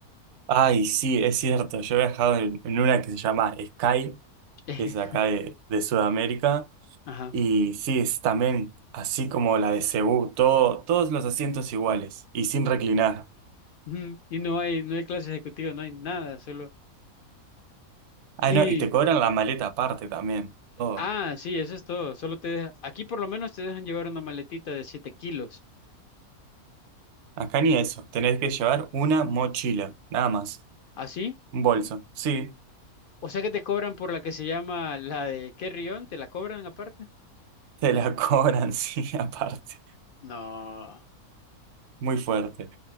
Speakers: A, on the right; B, on the left.
A: Ay, sí, es cierto. Yo he viajado en, en una que se llama Sky,
B: <laughs>
A: que es acá de, de Sudamérica.
B: Ajá.
A: Y sí, es también así como la de Cebú, todo, todos los asientos iguales y sin reclinar.
B: Ujú. Y no hay, no hay clase ejecutiva, no hay nada, solo.
A: Ah,
B: Y,
A: no, y te cobran la maleta aparte también. Todo.
B: ah, sí, eso es todo. Solo te deja- aquí por lo menos te dejan llevar una maletita de 7 kilos.
A: Acá ni eso. Tenés que llevar una mochila, nada más.
B: ¿Así?
A: Un bolso. Sí,
B: O sea que te cobran por la que se llama la de carry-on, ¿te la cobran aparte?
A: te la <laughs> cobran, sí, aparte.
B: No.
A: Muy fuerte.